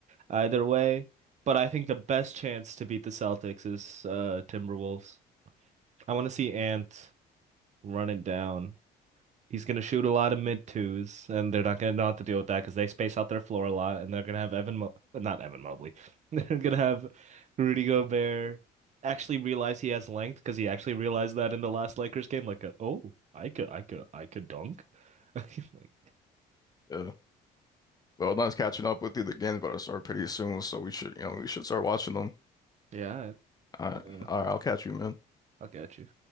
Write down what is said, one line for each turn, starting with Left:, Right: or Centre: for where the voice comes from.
Right: either way. But I think the best chance to beat the Celtics is uh Timberwolves. I want to see Ant run it down. He's going to shoot a lot of mid twos, and they're not going to know how to deal with that because they space out their floor a lot, and they're going to have Evan, Mo not Evan Mobley. <laughs> They're going to have Rudy Gobert actually realize he has length because he actually realized that in the last Lakers game. Like, uh, oh, I could, I could, I could dunk. <laughs> Like,
Left: Yeah. Well, not catching up with you. The games about to start pretty soon, so we should, you know, we should start watching them.
Right: yeah,
Left: All right,
Right: uh,
Left: all right, I'll catch you, man.
Right: I'll get you.